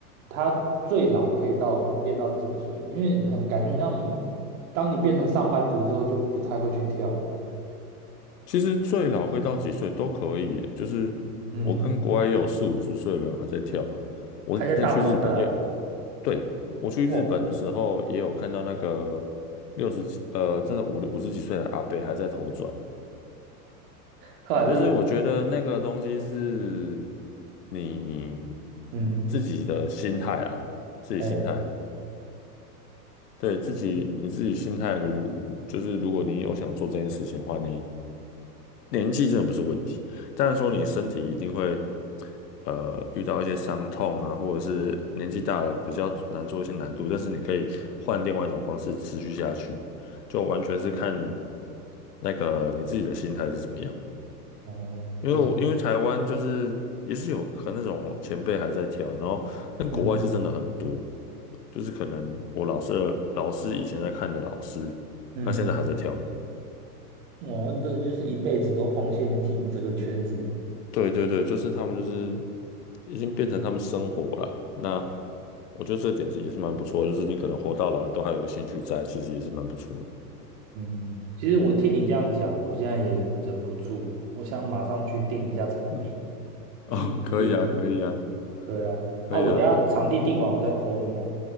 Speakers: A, on the right; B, on the left.
A: 他最老可以到练到几岁？因为很感觉很像，当你变成上班族之后，就不太会去跳啊
B: 其实最老可以到几岁都可以耶就是我跟国外也有四五十岁的人还在跳。
A: 嗯，
B: 我之前去日本也，
A: 还在大风车啊？
B: 对，我去日本的时候也有看到那个
A: 哦，
B: 六十几，呃，真的五五十几岁的阿伯还在头转。
A: 呵，这是，
B: 就是我觉得那个东西是你
A: 嗯，
B: 自己的心态啊，自己心态，
A: 哎，
B: 对，自己你自己心态如，就是如果你有想做这件事情的话，你年纪真的不是问题。但是说你身体一定会呃遇到一些伤痛啊，或者是年纪大了比较难做一些难度，但是你可以换另外一种方式持续下去，就完全是看那个你自己的心态是怎么样。
A: 哦，
B: 因为我因为台湾就是也是有可能那种前辈还在跳，
A: 哎，
B: 然后但国外是真的很多，
A: 嗯
B: 就是可能我老师的老师以前在看的老师，
A: 嗯，
B: 他现在还在跳。
A: 嗯，我们这就是一辈子都奉献进这个圈子里。
B: 对对对，就是他们就是已经变成他们生活了。那我觉得这点是也是蛮不错的就是你可能活到老，你都还有个兴趣在，其实也是蛮不错的。
A: 嗯，其实我听你这样讲，我现在也忍不住，我想马上去定一下场地，
B: 嗯，哦，
A: 立体练。
B: 可以啊，可以啊，
A: 对啊，
B: 可以啊。
A: 啊，我等一下场地定完，我再 call 你啊。